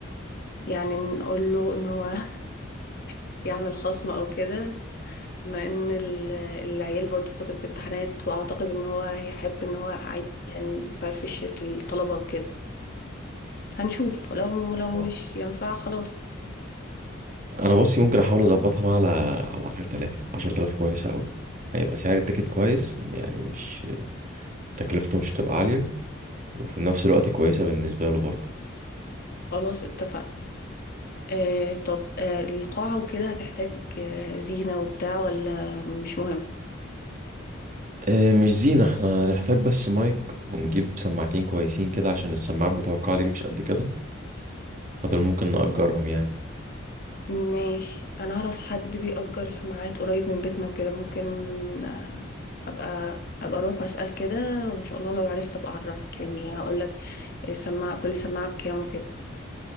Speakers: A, on the left (about 50°); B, on the right (about 40°).
A: يعني نقول له ان هو <laughs> يعمل خصم او كده بما ان ال- العيال برضه فترة امتحانات واعتقد ان هو هيحب ان هو عايز يعني يفرفش الطلبة وكده هنشوف لو لو
B: آه،
A: مش ينفع خلاص
B: انا بصي ممكن احاول اظبطها بقى على على 10000 10000 كويسه قوي هيبقى سعر التيكت كويس يعني مش تكلفته مش تبقى عاليه وفي نفس الوقت كويسه بالنسبه له برضه
A: خلاص اتفقنا آه طب آه القاعة وكده هتحتاج آه زينة وبتاع ولا مش مهم
B: آه، مش زينه احنا هنحتاج بس مايك ونجيب سماعتين كويسين كده عشان السماعات بتوع القاعه دي مش قد كده فدول ممكن نأجرهم يعني
A: ماشي انا اعرف حد بيأجر سماعات قريب من بيتنا وكده ممكن آه ابقى ابقى اروح واسأل كده وان شاء الله لو عرفت ابقى اعرفك يعني هقول لك السماعة كل سماعة بكام وكده